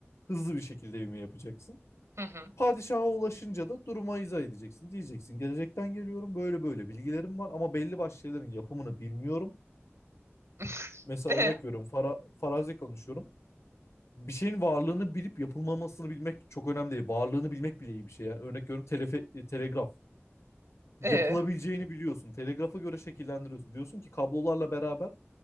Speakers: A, on the left; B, on the right.
A: hızlı bir şekilde ivme yapacaksın.
B: Hı hı.
A: Padişaha ulaşınca da duruma izah edeceksin. Diyeceksin gelecekten geliyorum böyle böyle bilgilerim var ama belli başlı şeylerin yapımını bilmiyorum.
B: <laughs>
A: Mesela
B: E,
A: örnek veriyorum fara- farazi konuşuyorum. bir şeyin varlığını bilip yapılmamasını bilmek çok önemli değil. Varlığını bilmek bile iyi bir şey. Yani örnek veriyorum telefe- e, telegraf. Yapılabileceğini
B: e.
A: biliyorsun. Telegrafa göre şekillendiriyorsun. Diyorsun ki kablolarla beraber